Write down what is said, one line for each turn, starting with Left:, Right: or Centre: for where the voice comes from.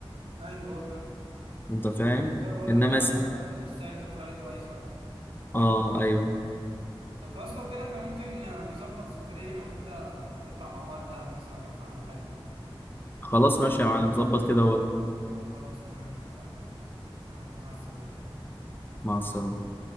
Right: ايوه فاهم
Left: انت فاهم
Right: عشان كده بقول
Left: انما
Right: لك دهب
Left: س...
Right: آه، السعر اللي انت بتقول عليه كويس قوي
Left: اه ايوه
Right: طب خلاص لو كده احنا ممكن نظبط سفرية انا وانت ونطلع مع بعض دهب مثلا او حاجة
Left: خلاص ماشي يا معلم ظبط كده
Right: خلاص تمام اتفقنا يلا مع السلامة
Left: ومع السلامة